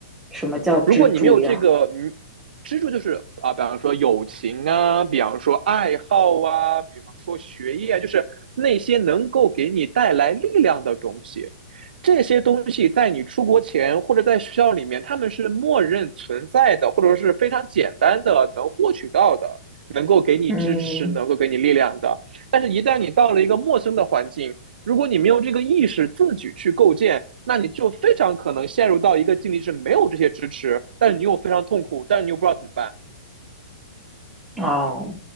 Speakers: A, in the centre; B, on the right.
A: 什么叫支柱呀？
B: 如果你没有这个嗯支柱，就是啊，比方说友情啊，比方说爱好啊，比方说学业啊，就是那些能够给你带来力量的东西。这些东西在你出国前或者在学校里面，他们是默认存在的，或者说是非常简单的能获取到的，能够给你支持，
A: 嗯。
B: 能够给你力量的。但是，一旦你到了一个陌生的环境，如果你没有这个意识，自己去构建，那你就非常可能陷入到一个境地，是没有这些支持，但是你又非常痛苦，但是你又不知道怎么办。
A: 哦，